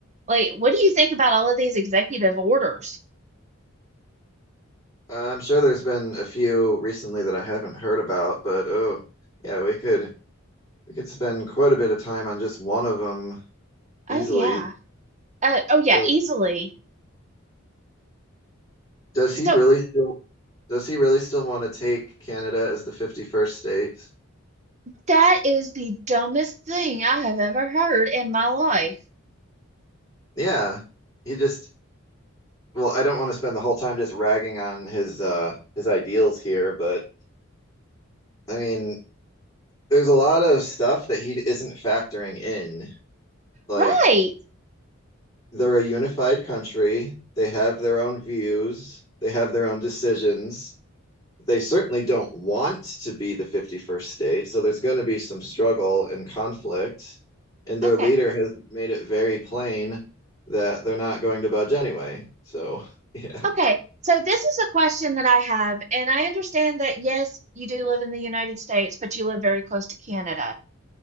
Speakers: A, on the right (about 35°); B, on the left (about 15°).
A: Like, what do you think about all of these executive orders?
B: I'm sure there's been a few recently that I haven't heard about, but oh, yeah, we could we could spend quite a bit of time on just one of them easily.
A: Oh, yeah. Uh, oh, yeah,
B: But
A: easily.
B: does he
A: So
B: really still does he really still want to take Canada as the 51st state?
A: that is the dumbest thing I have ever heard in my life.
B: Yeah. He just well, I don't want to spend the whole time just ragging on his uh his ideals here, but I mean, there's a lot of stuff that he isn't factoring in. Like
A: Right.
B: they're a unified country. They have their own views. They have their own decisions. They certainly don't want to be the 51st state. So there's going to be some struggle and conflict. And their
A: Okay.
B: leader has made it very plain that they're not going to budge anyway. So, <laughs> yeah,
A: Okay, so this is a question that I have, and I understand that yes, you do live in the United States, but you live very close to Canada.